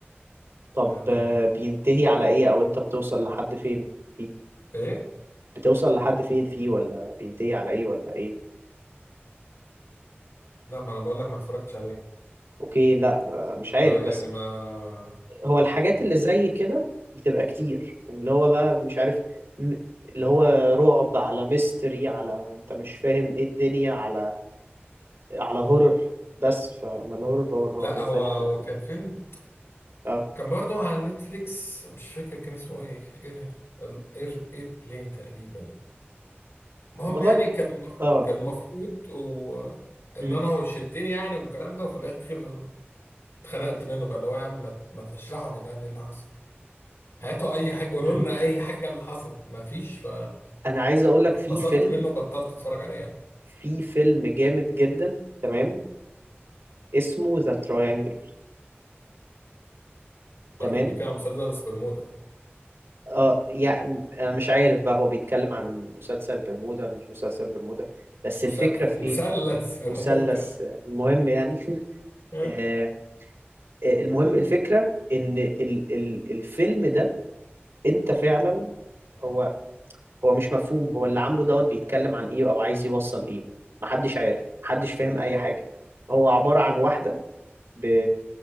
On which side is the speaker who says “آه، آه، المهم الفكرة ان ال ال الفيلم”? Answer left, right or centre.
Right